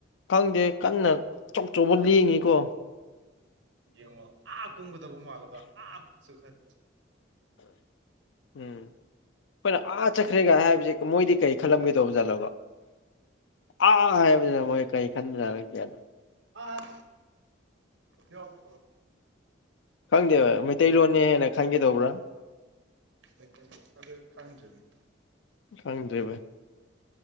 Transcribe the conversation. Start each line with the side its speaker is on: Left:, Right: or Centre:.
Left: ꯈꯪꯗꯦ ꯀꯟꯅ ꯑꯆꯧ ꯑꯆꯧꯕ ꯂꯦꯡꯉꯤꯀꯣ
Right: ꯌꯦꯡꯉꯣ ꯑꯥ ꯀꯨꯝꯒꯗꯕ ꯃꯥꯜꯂꯒ ꯑꯥꯁꯨ ꯈꯔ
Left: ꯎꯝ ꯑꯩꯈꯣꯏꯅ ꯑꯥ ꯆꯠꯈ꯭ꯔꯦꯒ ꯍꯥꯏꯕꯁꯦ ꯃꯣꯏꯗꯤ ꯀꯔꯤ ꯈꯜꯂꯝꯒꯦꯗꯧꯕꯖꯥꯠꯂꯕ ꯑꯥ ꯑꯥ ꯍꯥꯏꯕꯅꯤꯅ ꯃꯣꯏ ꯀꯔꯤ ꯈꯟꯕ ꯌꯥꯔꯒꯦꯅꯣ
Right: ꯑꯥ ꯌꯕ
Left: ꯈꯪꯗꯦꯕ ꯃꯩꯇꯩꯂꯣꯟꯅꯦ ꯍꯦꯟꯅ ꯈꯪꯒꯦꯗꯧꯕ꯭ꯔꯥ
Right: ꯃꯦꯁꯨ ꯈꯪꯗ꯭ꯔꯅꯤ
Left: ꯈꯪꯗ꯭ꯦ ꯚ